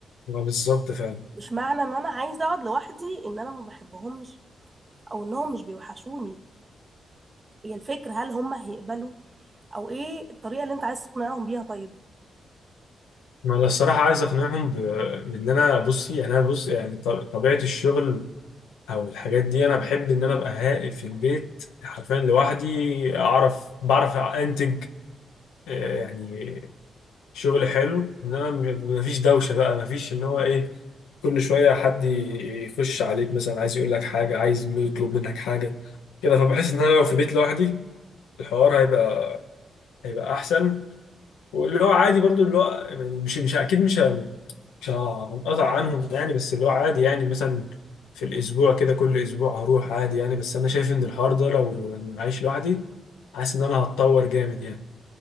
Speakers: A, on the left (about 80°); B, on the right (about 40°).
A: ما بالظبط فعلا
B: مش معنى ان انا عايزه اقعد لوحدي ان انا ما بحبهمش او انهم مش بيوحشوني هي الفكره هل هم هيقبلوا او ايه الطريقه اللي انت عايز تقنعهم بيها طيب
A: ما أنا الصراحة عايز أقنعهم ب- بإن أنا بصي يعني أنا بص يعني طب- طبيعة الشغل أو الحاجات دي أنا بحب إن أنا أبقى هادي في البيت حرفيا لوحدي أعرف بعرف أنتج آه، يعني شغل حلو انما م- مفيش دوشه بقى مفيش اللي هو ايه كل شويه حد ي- يخش عليك مثلا عايز يقول لك حاجه عايز م- يطلب منك حاجه كده فبحس ان انا لو في بيت لوحدي الحوار هيبقى هيبقى احسن واللي هو عادي برضو اللي هو يعني مش مش اكيد مش ه- مش هنقطع عنهم يعني بس اللي هو عادي يعني مثلا في الاسبوع كده كل اسبوع هروح عادي يعني بس انا شايف ان الحوار ده لو أنا عايش لوحدي حاسس ان انا هتطور جامد يعني